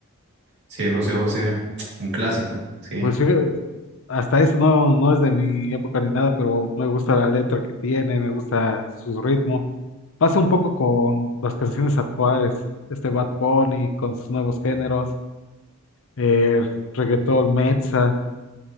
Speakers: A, on the right (about 55°); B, on the left (about 65°).
A: Sí, José José, <tsk> un clásico, sí,
B: Pues fíjate, hasta eso no, no es de mi época ni nada, pero me gusta la letra que tiene, me gusta su ritmo. Pasa un poco con las canciones actuales, este Bad Bunny con sus nuevos géneros, el reggaetón, Mezza.